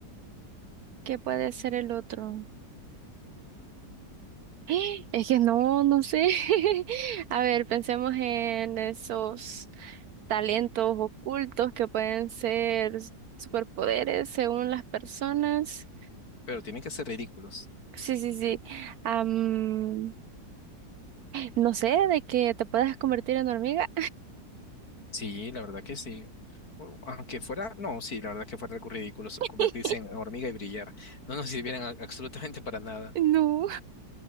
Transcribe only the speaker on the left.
pero tienen que ser ridículos.
Sí, la verdad que sí. U- Aunque fuera, no, sí, la verdad que fuera algo ridículo so- convertirse
en hormiga y brillar. No nos sirvieran a- absolutamente para nada.